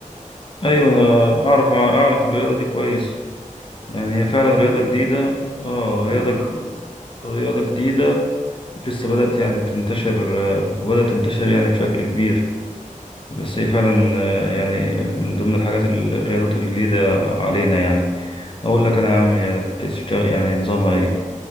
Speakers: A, on the left (about 40°); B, on the right (about 15°).
A: ايوه انا اعرف اعرف الرياضه دي كويس يعني هي فعلا
B: جميل
A: رياضه جديده
B: جدا
A: اه رياضه
B: حلوة أوي
A: رياضه جديده لسه بدات يعني تنتشر آه، بدات تنتشر يعني بشكل كبير بس هي فعلا آه، يعني من ضمن الحاجات ال- الرياضات الجديده علينا يعني اقول لك انا يا عم هي بتشتغل يعني نظامها ايه